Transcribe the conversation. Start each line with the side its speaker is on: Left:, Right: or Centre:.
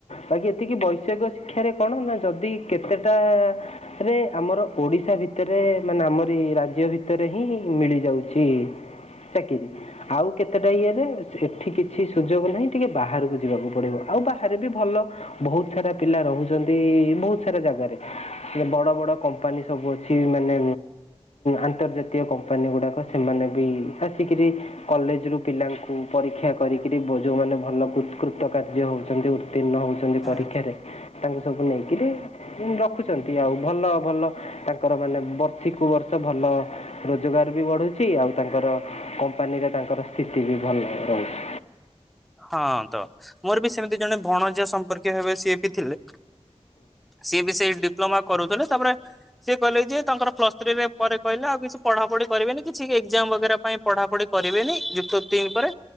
Left: ବାକି ଏତିକି ବୈଷୟିକ ଶିକ୍ଷାରେ କଣ ନା ଯଦି କେତେଟା ରେ ଆମର ଓଡିଶା ଭିତରେ ମାନେ, ଆମରି ରାଜ୍ୟ ଭିତରେ ହିଁ ମିଳିଯାଉଛି। ଚାକିରି ଆଉ କେତେ? ଇରେ ଏଠି କିଛି ସୁଯୋଗ ନାହିଁ ଟିକେ ବାହାରକୁ ଯିବାକୁ ପଡିବ ଆଉ ବାହାରେ ବି ଭଲ ବହୁତ ବହୁତ ସାରା ପିଲା ରହୁଛନ୍ତି, ବହୁତ ସାରା ଜାଗାରେ, ବଡ ବଡ କମ୍ପାନୀ ସବୁ ଅଛି, ମାନେ ଆନ୍ତର୍ଜାତୀୟ କମ୍ପାନୀ ଗୁଡାକ, ସେମାନେ ବି ଆସିକରି କଲେଜ ରୁ ପିଲାଙ୍କୁ ପରୀକ୍ଷା କରିକିରି ଯେଉଁମାନେ ଭଲକୃତ କାର୍ଯ୍ୟ ହେଉଛନ୍ତି ଉତୀର୍ଣ୍ଣ ହଉଛନ୍ତି
Centre: ହୁଁ
Left: ପରୀକ୍ଷାରେ ତାଙ୍କୁ ସବୁ ନେଇକିରି ରଖୁଛନ୍ତି ଆଉ ଭଲ ଭଲ ତାଙ୍କର ମାନେ ବର୍ଷିକୁୁ ବର୍ଷ ଭଲ ରୋଜଗାର ବି ବଢୁଛି ଆଉ ତାଙ୍କର କମ୍ପାନୀରେ ତାଙ୍କର ସ୍ଥିତି ବି ଭଲ ରହୁଛି।
Centre: ହଁ ତ ମୋର ବି ସେମିତି ଜଣେ ଭଣଜିଆ ସମ୍ପର୍କୀୟ ହେବେ ସିଏ ବି ଥିଲେ। ସେ ବି ସେଇଠି ଡିପ୍ଲୋମା କରୁଥିଲେ, ତାପରେ ସିଏ କହିଲେ ଯେ ତାଙ୍କର ପ୍ଲସ୍ ଥ୍ରୀରେ ପରେ କହିଲେ -ଆଉ କିଛି ପଢାପଢି କରିବେନି କିଛି କି ଏଜାମ ବଗେରା ପାଇଁ ପଢାପଢି କରିବେନି, ଯୁକ୍ତ ତିନି ପରେ,